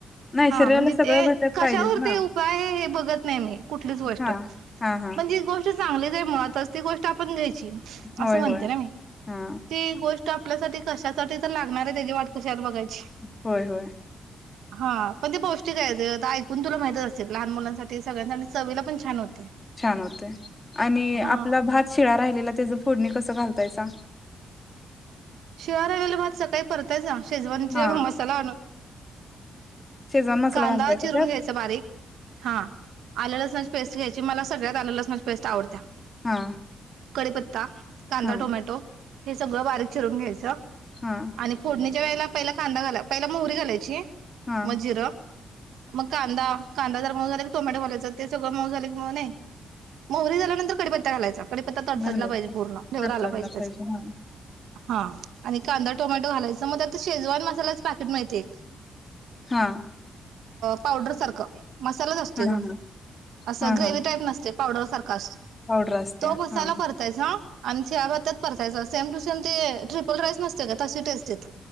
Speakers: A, on the left (about 25°); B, on the right (about 80°).
A: नाही
B: हा
A: शरीराला
B: म्हणजे
A: सगळं
B: ते
A: घटक
B: कशावर
A: पाहिजेत ना
B: ते उपाय हे बघत नाही मी कुठलीच गोष्ट
A: हा हा हा
B: पण जी गोष्ट चांगली मुळातच ती गोष्ट आपण घ्यायची असं
A: होय
B: म्हणते
A: होय
B: ना मी
A: हा
B: ते गोष्ट आपल्यासाठी कशासाठी तर लागणार आहे त्याची वाट कशाला बघायचं
A: होय हो
B: हा पण ते पौष्टिक आहे ज ऐकून तुला माहितच असेल लहान मुलांसाठी सगळ्यां चवीला पण छान होते
A: छान होते आणि
B: हा
A: आपला भात शिळा राहिलेला त्याच फोडणी कसं घालतायचा
B: शिळा रालेला भात सकाळी परतायचं शेजवनचे
A: हा
B: मसाला आणून
A: शेजवान मसाला
B: कांदा
A: घालताय का
B: चिरून
A: त्यात
B: घ्यायचा बारीक हा आलं लसणाची पेस्ट घ्यायची मला सगळ्यात आलं लसणीची पेस्ट आवडत्या
A: हा
B: कडीपत्ता कांदा
A: हा
B: टोमॅटो हे सगळं बारीक चिरून घ्यायचं
A: हा
B: आणि फोडणी त्या वेळेला पहिला कांदा घालाय, पहिला मोहरी घालायची
A: हा
B: मग जीर मग कांदा, कांदा जर मऊ झाला क टोमॅटो घालायच ते सगळं मऊ झालं की नाय, मोहरी झाल्यानंतर कढीपत्ता घालायचा कढीपत्ता तडतडला
A: घालायचा
B: पाहिजे
A: तडतडला
B: पूर्ण फ्लेवर आला पाहिजे त्याचा
A: हा
B: हा आणि कांदा टोमॅटो घालायच मग आता शेजवान मसालाच पॅकेट मिळते एक
A: हा
B: पावडर सारखं मसालाच असते
A: हा हा
B: ग, असं
A: हा
B: ग्रेव्ही
A: हा
B: टाईप नसतय. पावडर सारखा असं
A: पावडर असत्या
B: तो मसाला
A: हा
B: भरतायस ना? आणि शिळाभातत परतायचं सेम टू सेम ते ट्रिपल राईस नसते का तशी टेस्ट येते.